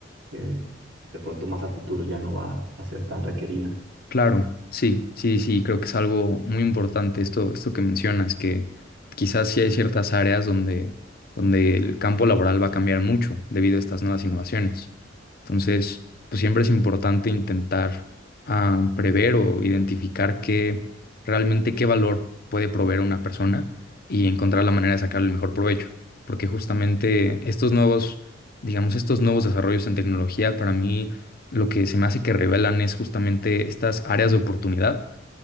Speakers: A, on the right; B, on the left.
A: que de pronto más a futuro ya no va a ser tan requerida.
B: Claro, sí, sí, sí, creo que es algo muy importante esto, esto que mencionas, que quizás sí hay ciertas áreas donde, donde el campo laboral va a cambiar mucho debido a estas nuevas innovaciones. Entonces, pues siempre es importante intentar ah, prever o identificar qué realmente qué valor puede proveer una persona y encontrar la manera de sacar el mejor provecho. Porque justamente estos nuevos, digamos, estos nuevos desarrollos en tecnología para mí lo que se me hace que revelan es justamente estas áreas de oportunidad